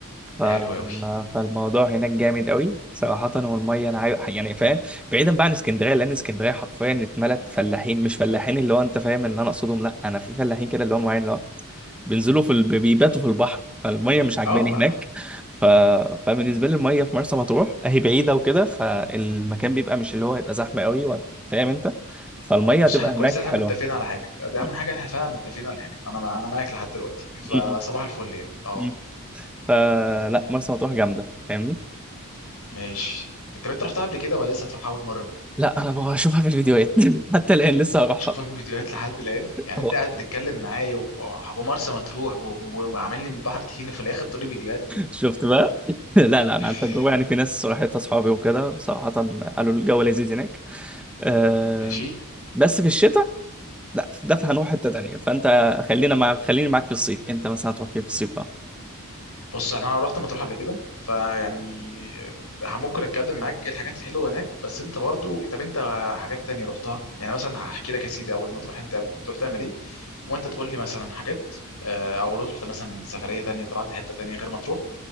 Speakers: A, in the centre; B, on the left (about 85°).
A: ف...
B: حلو قوي
A: فالموضوع هناك جامد قوي صراحة والمية أنا عايز يعني فاهم بعيدا بقى عن اسكندرية لأن اسكندرية حرفيا اتملت فلاحين مش فلاحين اللي هو أنت فاهم إن أنا أقصدهم لأ أنا في فلاحين كده اللي هم معين اللي هو بينزلوا في ال... بيباتوا في البحر فالمية مش عجباني
B: اه
A: هناك ف... فبالنسبة لي المية في مرسى مطروح هي بعيدة وكده فالمكان بيبقى مش اللي هو هيبقى زحمة قوي وأنت فاهم أنت فالمية
B: بص
A: هتبقى
B: احنا كويس
A: هناك
B: ان احنا
A: حلوة
B: متفقين على حاجه ده
A: م-
B: اهم حاجه احنا فعلا متفقين على حاجه انا انا معاك لحد دلوقتي
A: م-
B: فصباح الفل يعني اه
A: م. فلا مرسى مطروح جامدة فاهمني
B: ماشي انت بنت رحتها قبل كده ولا لسه هتروح اول مره
A: لا انا ببقى اشوفها في الفيديوهات <laughs> حتى الان لسه هروحها
B: شوفها في الفيديوهات <laughs> لحد الان يعني
A: أهو.
B: انت قاعد بتتكلم معايا و- ومرسى مطروح و- و- وعاملني من بحر طحينه في الاخر تقولي فيديوهات
A: شفت بقى <laughs> لا لا انا
B: <laughs>
A: عن تجربه يعني في ناس راحت اصحابي وكده صراحه قالوا الجو لذيذ هناك أه
B: ماشي
A: بس في الشتاء لا ده هنروح حته تانيه فانت خلينا مع خليني معاك في الصيف انت مثلا هتروح فين في الصيف بقى
B: بص انا رحت مطروح قبل كده فيعني ممكن اتكلم معاك ايه الحاجات الحلوه هناك بس انت برضو طب انت حاجات تانية رحتها يعني مثلا هحكي لك يا سيدي اول ما تروح انت ممكن تروح تعمل ايه وانت تقول لي مثلا حاجات آه، او رحت مثلا سفريه تانية طلعت حته تانية غير مطروح